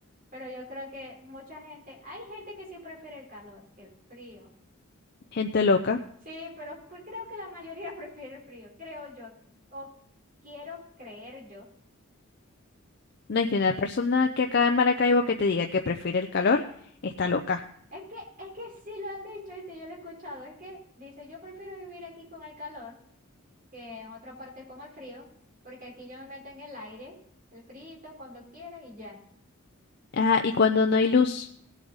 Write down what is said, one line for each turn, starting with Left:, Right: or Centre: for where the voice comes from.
Right: Pero yo creo que mucha gente, hay gente que sí prefiere el calor que el frío.
Left: Gente loca.
Right: Sí, pero pues creo que la mayoría <laughs> prefiere el frío, creo yo, o quiero creer yo.
Left: No hay
Right: porque
Left: que una
Right: es
Left: persona que acá en Maracaibo que te diga que prefiere el calor, está loca.
Right: es que, es que sí lo han dicho, ¿viste? Yo lo he escuchado, es que dice, yo prefiero vivir aquí con el calor que en otra parte con el frío, porque aquí yo me meto en el aire, el frito cuando quiera y ya.
Left: Ah, y cuando no hay luz,